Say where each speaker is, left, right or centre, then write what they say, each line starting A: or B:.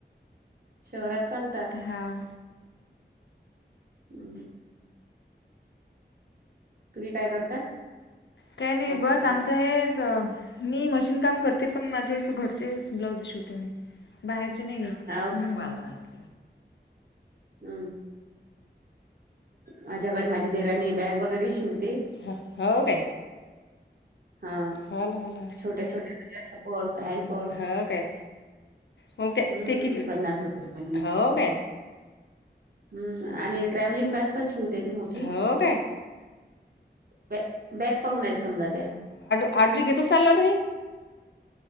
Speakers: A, on the right; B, on the left.
A: शहरात चालतात
B: हो
A: हम् तुम्ही काय करता
B: काही नाही बस आमचं हेच मी मशीन काम करते पण माझे असे घरचेच ब्लाउज शिवते मी बाहेरचे नाही घेत
A: हा
B: हमं
A: हम् माझ्याकडे माझी देरानी बॅग वगैरे शिवते
B: हो हो
A: हा
B: होल होल होल
A: छोटे छोटेजारच्या पर्स हँड पर्स
B: हो काय मग ते
A: हम्म
B: ते किती
A: पन्नास रुपये लागल
B: हो काय
A: हम्म आणि ट्रॅव्हलिंग बॅग पण शिवते ती मोठी
B: हो काय
A: ब बॅग पाहून आहेत समजा त्या
B: ऑर्र घेत चाल ना तु्ही